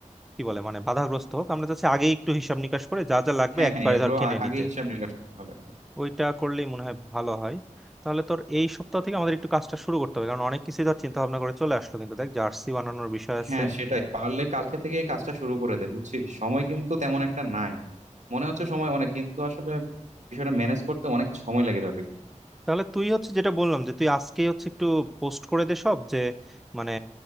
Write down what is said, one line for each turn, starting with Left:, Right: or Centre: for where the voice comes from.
Centre: কি বলে মানে বাধাগ্রস্ত হোক আমরা চাচ্ছি আগেই একটু হিসাব নিকাশ করে যা যা লাগবে
Right: হ্যাঁ
Centre: একবারে
Right: হ্যাঁ এগুলো
Centre: ধর কিনে
Right: আ- আগে
Centre: নিতে
Right: হিসাব নিকাশ করতে হবে
Centre: ওইটা করলেই মনে হয় ভালো হয় তাহলে তোর এই সপ্তাহ থেকে আমাদের একটু কাজটা শুরু করতে হবে কারণ অনেক কিছু ধর চিন্তা ভাবনা করে চলে আসলো কিন্তু দেখ জার্সি বানানোর বিষয় আছে
Right: হ্যাঁ সেটাই পারলে কালকে থেকেই কাজটা শুরু করে দে বুঝছিস সময় কিন্তু তেমন একটা নাই মনে হচ্ছে সময় অনেক কিন্তু আসলে বিষয়টা ম্যানেজ করতে অনেক সময় লেগে যাবে
Centre: তাহলে তুই হচ্ছে যেটা বললাম যে তুই আজকেই হচ্ছে একটু পোস্ট করে দে সব যে মানে